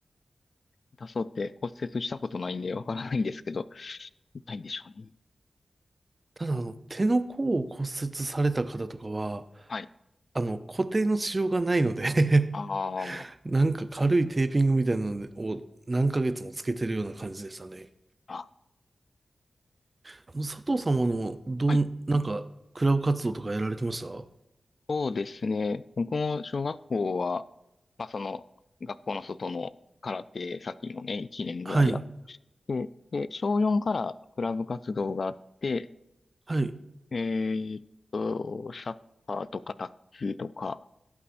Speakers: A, on the left; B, on the right.
A: 出そうって骨折したことないんでわからないんですけど、ないんでしょうね。
B: ただ、あの、手の甲を骨折された方とかは、
A: はい。
B: あの、固定のしようがないので
A: あ
B: <laughs>
A: ー
B: なんか軽いテーピングみたいなのを何ヶ月もつけてるような感じでしたね。
A: あ、
B: あの佐藤さんは、あの、どん、
A: はい。
B: なんか、クラブ活動とかやられてました
A: そうですね。僕も小学校は、まあその、学校の外の空手、さっきのね、1年ぐらいやっ
B: はい、
A: て、で、小4からクラブ活動があって、
B: はい、
A: えっと、サッカーとか卓球とか